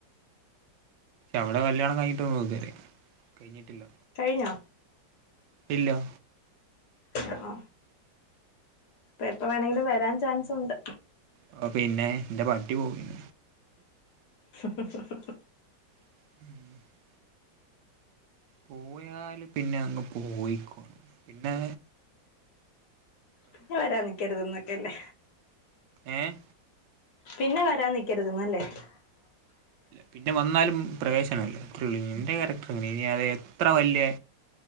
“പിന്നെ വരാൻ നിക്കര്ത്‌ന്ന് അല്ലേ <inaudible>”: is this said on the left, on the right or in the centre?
Left